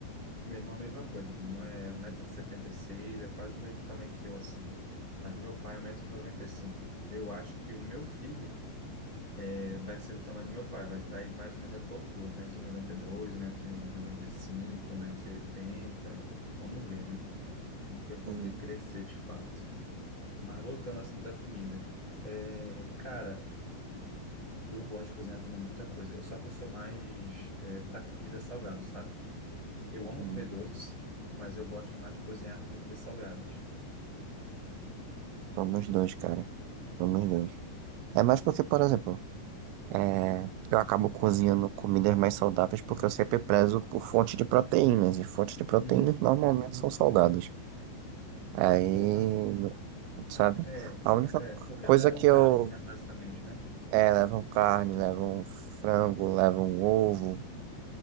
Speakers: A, on the left (about 65°); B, on the right (about 85°).
A: Meu irmão, a mesma coisa, meu irmão é um metro e setenta e seis é quase do mesmo tamanho que eu, assim. Mas meu pai é um metro e noventa e cinco Eu acho que o meu filho eh, vai ser do tamanho do meu pai, vai estar aí mais ou menos da tua altura, metro metro noventa noventa e dois, um metro e dois 1,92m, 1,95m, e m vamos ver, né? Vamos ver quando
B: Hum,
A: ele crescer de fato. Mas voltando ao assunto da comida, é, cara, eu gosto de cozinhar também muita coisa. Eu só que eu sou mais é, para comida salgada, sabe? Eu amo
B: hum.
A: comer doce, mas eu gosto mais de cozinhar comidas salgadas.
B: Tô nos dois, cara. Tô nos dois. É mais porque, por exemplo, é, eu acabo cozinhando comidas mais saudáveis porque eu sempre prezo por fonte de proteínas. E fontes de proteínas
A: Uhum.
B: normalmente são salgadas. Aí,
A: Pô, assim,
B: sabe?
A: é,
B: A única
A: é, porque
B: coisa
A: levam
B: que
A: carne,
B: eu.
A: né, basicamente, né?
B: É, levam carne, levam frango, levam ovo.